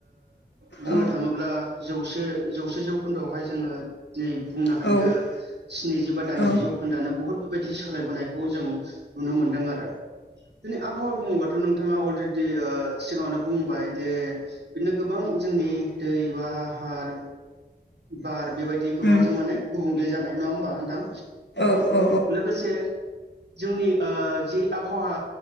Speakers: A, on the right (about 80°); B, on the left (about 85°).
A: बुंनो
B: औ
A: थाङोब्ला जौसे जौसे जौखोन्दोआवहाय जोङो दिनै बुंनो
B: औ
A: हायो। स्निजिबा दाइनजि
B: औ
A: जौ खोन्दोआनो बहुद बेबायदि सोलायबोनायखौ जों नुनो मोनदों आरो। आबहावा बुङोब्लाथ' नोंथाङा अलरेडि सिगाङावनो बुंबाय जे बिदिनो गोबां जोंनि दै बा <unintelligible> बार। बेबायदि गोबांजों
B: उम
A: माने गुबुंले जानाय नङा होमबा नोंथां।
B: औ औ
A: लोगोसे जोंनि ओ जि आबहावा